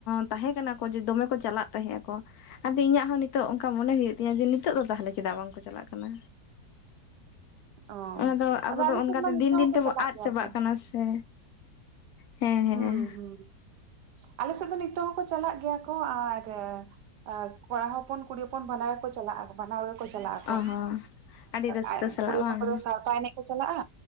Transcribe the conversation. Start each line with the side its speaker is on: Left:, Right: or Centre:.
Left: ᱛᱟᱦᱮᱸ ᱠᱟᱱᱟ ᱠᱚ, ᱡᱮ ᱫᱚᱢᱮ ᱠᱚ ᱪᱟᱞᱟᱜ ᱛᱟᱦᱮᱸᱜᱼᱟ ᱠᱚ᱾ ᱟᱫᱚ ᱤᱧᱟᱹᱜ ᱦᱚᱸ ᱱᱤᱛᱚᱜ ᱚᱝᱠᱟ, ᱢᱚᱱᱮ ᱦᱳᱭᱳᱜ ᱛᱤᱧᱟᱹ, ᱡᱮ ᱱᱤᱛᱚᱜ ᱫᱚ ᱛᱟᱦᱚᱞᱮ ᱪᱮᱫᱟᱜ ᱵᱟᱝᱠᱚ ᱪᱟᱞᱟᱜ ᱠᱟᱱᱟ᱾
Right: ᱚ
Left: ᱚᱱᱟ ᱫᱚ ᱟᱵᱚ
Right: ᱟᱫᱚ
Left: ᱫᱚ,
Right: ᱟᱞᱮ
Left: ᱚᱱᱠᱟᱛᱮ
Right: ᱥᱮᱫ ᱢᱟ ᱱᱤᱛᱚᱜ
Left: ᱫᱤᱱ ᱫᱤᱱ
Right: ᱦᱚᱸᱠᱚ
Left: ᱛᱮᱵᱚ
Right: ᱪᱟᱞᱟᱜ
Left: ᱟᱫ
Right: ᱜᱮᱭᱟ
Left: ᱪᱟᱵᱟᱜ
Right: ᱠᱚ
Left: ᱠᱟᱱᱟ ᱥᱮ᱾ ᱦᱮᱸ ᱦᱮᱸ
Right: ᱦᱩᱸ, ᱦᱩᱸ, ᱟᱞᱮᱥᱮᱫ ᱫᱚ ᱱᱤᱛᱳᱜ ᱦᱚᱸᱠᱚ, ᱪᱟᱞᱟᱜ ᱜᱮᱭᱟ ᱠᱚ, ᱟᱨ ᱟᱨ ᱠᱚᱲᱟ ᱦᱚᱯᱚᱱ ᱠᱩᱲᱤ ᱦᱚᱯᱚᱱ, ᱵᱟᱱᱟᱨ ᱜᱮᱠᱚ ᱪᱟᱞᱟᱜᱼᱟ, ᱵᱟᱱᱟᱨ ᱦᱚᱲ ᱜᱮ ᱠᱚ ᱪᱟᱞᱟᱜᱼᱟ᱾ ᱪᱟᱞᱟᱜ ᱟᱠᱚ,
Left: ᱚ ᱦᱚᱸ ᱟᱹᱰᱤ ᱨᱟᱹᱥᱠᱟᱹ
Right: ᱟᱨ-
Left: ᱥᱟᱞᱟᱜ
Right: ᱠᱩᱲᱤ ᱦᱚᱯᱚᱱ
Left: ᱵᱟᱝ
Right: ᱠᱚᱫᱚ, ᱥᱟᱲᱯᱷᱟᱹ ᱮᱱᱮᱡ᱾ ᱪᱟᱞᱟᱜᱼᱟ